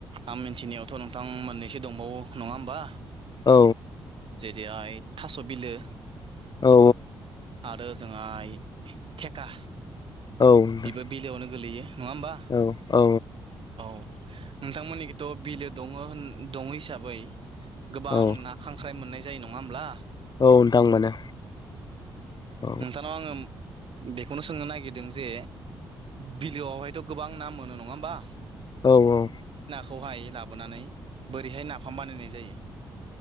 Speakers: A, on the right; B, on the left.
A: आं मिथिनायावथ' नोंथां मोननैसो दंबावो नङा होमबा!
B: औ
A: जेरैहाय थास' बिलो
B: औ
A: आरो ओजोंहाय थेका
B: औ नोंथां
A: बेबो बिलोआवनो गोलैयो नङा होमबा!
B: औ औ
A: औ नोंथांमोननिखिथ' बिलो दङ दङ हिसाबै गोबां
B: औ
A: ना खांख्राइ मोननाय जायो नङा होमब्ला! औ
B: नोंथां मोनो औ
A: नोंथांनाव आङो बेखौनो सोंनो नागिरदों जे बिलोआवहायथ' गोबां ना मोनो नङा होमबा!
B: औ औ
A: हाय लाबोनानै बोरैहाय नाफाम बानायनाय जायो?